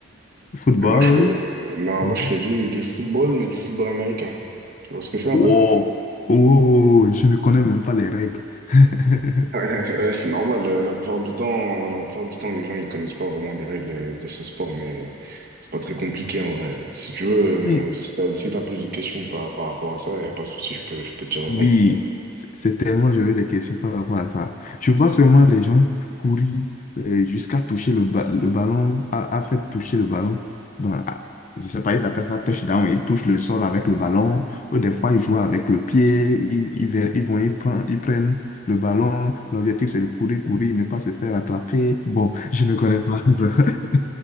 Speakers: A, on the left (about 35°); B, on the right (about 45°).
A: Football.
B: et moi je fais euh, non,
A: Mhm.
B: moi je fais du du football mais du football américain. Tu vois ce que c'est
A: Oh.
B: un peu? <laughs>
A: Oh, je ne connais même pas les règles. <laughs>
B: Ouais, c'est normal. euh, La plupart du temps, la plupart du temps, les gens ils connaissent pas vraiment les règles de ce sport, mais c'est pas très compliqué en vrai. Si tu veux,
A: Mais
B: euh, si t'as si t'as plus de questions par par rapport à ça, y a pas de souci, je peux je peux te dire
A: Oui, c'est c'est tellement, j'aurais des questions par rapport à ça. Je vois seulement des gens courir euh, jusqu'à toucher le, ba- le ballon, à, à faire toucher le ballon. Bon, à- je sais pas, ils appellent ça touchdown. Ils touchent le sol avec le ballon. Ou des fois, ils jouent avec le pied. Ils, ils, ver- ils vont, ils prennent, ils prennent le ballon. L'objectif, c'est de courir, courir, ne pas se faire attraper. Bon, je ne connais pas. <laughs>